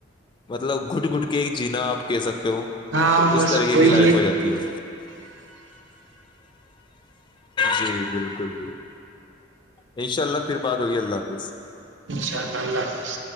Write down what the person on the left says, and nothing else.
مطلب گٹ گٹ کے ایک جینا آپ کہہ سکتے ہو
تو اس
طریقے
کی لائف ہو جاتی ہے جی بالکل بالکل انشاء اللہ پھر بات ہوگئی اللہ حافظ